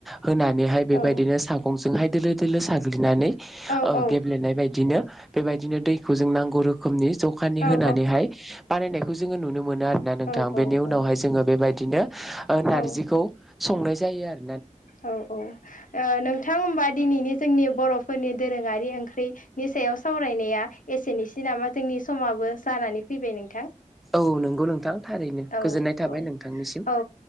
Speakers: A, in the centre; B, on the left (about 85°).
A: होनानैहाय बेबायदिनो
B: औ
A: सागंजोंहाय दोलो दोलो साग्लिनानै
B: औ
A: ओ
B: औ
A: गेब्लेनाय बायदिनो बेबायदिनो दैखौ जों नांगौ रोखोमनि जखानि
B: औ
A: होनानैहाय बानायनायखौ जोङो नुन नो मोनो आरोना नोंथां
B: औ
A: बेनि
B: औ
A: उनावहाय
B: औ
A: जोङो बेबायदिनो ओ नारजिखौ
B: औ
A: संनाय जायो आर <unintelligible>
B: औ औ ओ नोंथां होमबा दिनैनि जोंनि बर'फोरनि दोरोङारि ओंख्रि नि सायाव स सावरायनाया एसेनिसै नामा जोंनि समाबो जानानै फैबाय नोंथां
A: औ नंगौ नोंथां थारैनो
B: औ
A: गोजोननाय थाबाय
B: औ
A: नोंथांनिसिम
B: औ